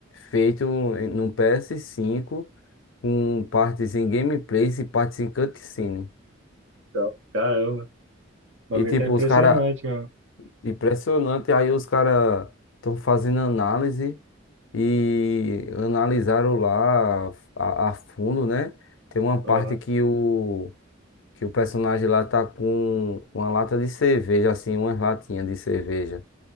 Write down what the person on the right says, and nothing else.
Então, caramba, o bagulho
tá impressionante,
mano.
Aham.